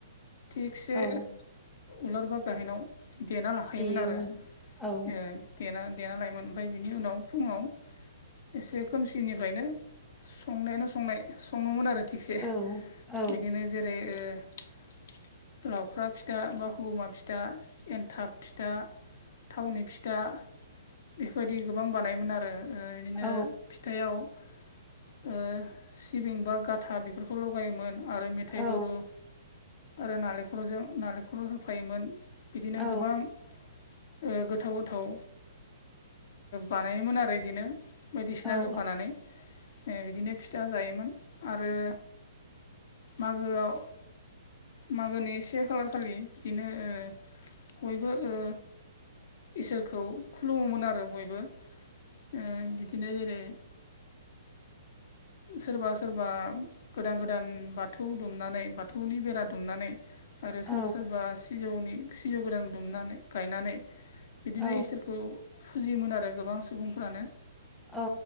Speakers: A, on the left; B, in the centre.
A: थिगसे
B: औ
A: उलार बा गाहेनाव देना ला थायोमोन
B: देयोमोन
A: आरो ओ
B: औ
A: देना देना लायोमोन ओमफ्राय बिनि उनाव फुङाव एसे खोमसिनिफ्रायनो संनायानो संनाय सङोमोन आरो। थिगसे
B: औ औ
A: बिदिनो जेरै ओ लावख्रा फिथा बा हगुमा फिथा एन्थाब फिथा थावनि फिथा बेफोरबायदि गोबां बानायोमोन आरो ओ बिदिनो
B: औ
A: फिथायाव ओ सिबिं बा गाथा बेफोरखौ लगायोमोन आरो मेथाइ
B: औ
A: गुरु आरो नालेंखरजों नालेंखरबो होफायोमोन बिदिनो
B: औ
A: गोबां ओ गोथाव गोथाव बानायोमोन आरो बिदिनो बायदिसिना
B: औ औ
A: होफानानै बिदिनो जायोमोन आरो मागोआव मागोनि से खालार खालि बिदिनो ओ बयबो ओ इसोरखौ खुलुमोमोन आरो। बयबो ओ बिदिनो जेरै सोरबा सोरबा गोदान गोदान बाथौ दुमनानै बाथौनि बेरा दुमनानै आरो
B: औ
A: सोरबा सोरबा सिजौनि सिजौ गोदान दुमनानै गायनानै बिदिनो
B: औ
A: इसोरखौ फुजियोमोन आरो गोबां सुबुंफ्रानो
B: औ